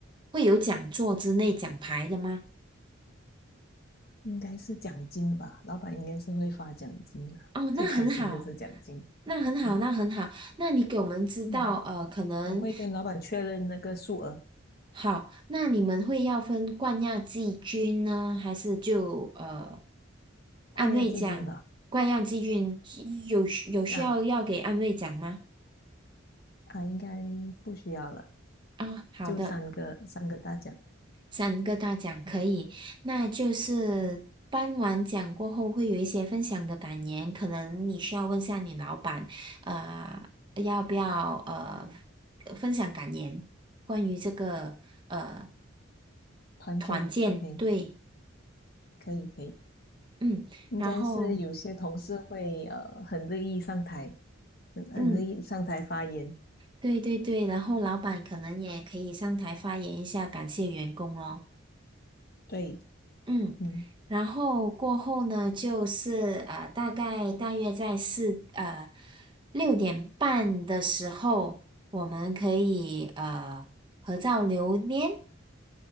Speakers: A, on the right (about 25°); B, on the left (about 50°).
A: 会有讲座之类奖牌的吗？
B: 应该是奖金吧？老板应该是会发奖金的，
A: 哦，那很好，
B: 最开心就是奖金
A: 那很好，
B: 啊。
A: 那很好，那你给我们知道，
B: 嗯，
A: 呃，可能。
B: 我会跟老板确认那个数额，
A: 好，那你们会要分冠亚季军呢，还是就呃
B: 冠亚季军吧？
A: 安慰奖？冠亚季军是有需有需要要给安慰奖吗？
B: 啊啊，应该不需要了，
A: 啊、好的，
B: 就三个三个大奖，
A: 三个大奖可以。那就是颁完奖过后会有一些分享的感言，可能你需要问下你老板，呃，要不要呃分享感言，关于这个呃
B: 团建，OK，
A: 团建，对，
B: 可以可以。
A: 嗯。
B: 应该是有些同事会呃很乐意上台，
A: 然后
B: 很很乐意上台发言，
A: 嗯，对对对，然后老板可能也可以上台发言一下，感谢员工咯。
B: 对，
A: 嗯，
B: 嗯
A: 然后过后呢，就是呃，大概大约在四呃六点半的时候，我们可以呃合照留念，